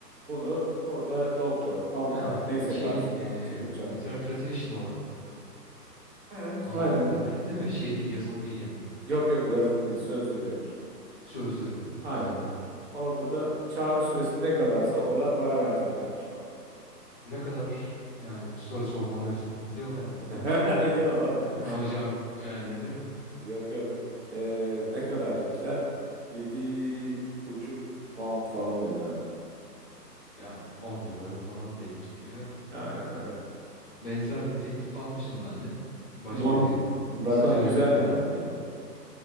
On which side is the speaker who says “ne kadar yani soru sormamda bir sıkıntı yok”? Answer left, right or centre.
Left